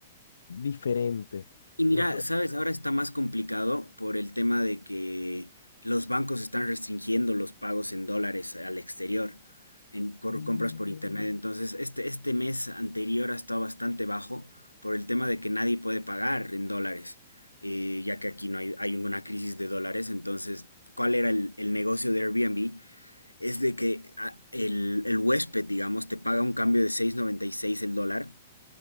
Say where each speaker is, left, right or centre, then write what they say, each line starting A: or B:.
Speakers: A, on the left (about 65°); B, on the left (about 85°).
A: diferente.
B: Y mira,
A: Entonces,
B: sabes, ahora está más complicado por el tema de que los bancos están restringiendo los pagos en dólares al exterior, en por
A: mm,
B: compras por internet. Entonces, este, este mes anterior ha estado bastante bajo por el tema de que nadie puede pagar en dólares, eh, ya que aquí no hay, hay una crisis de dólares. Entonces, ¿cuál era el, el negocio de Airbnb? Es de que ah, el, el huésped, digamos, te paga un cambio de seis noventa y seis el dólar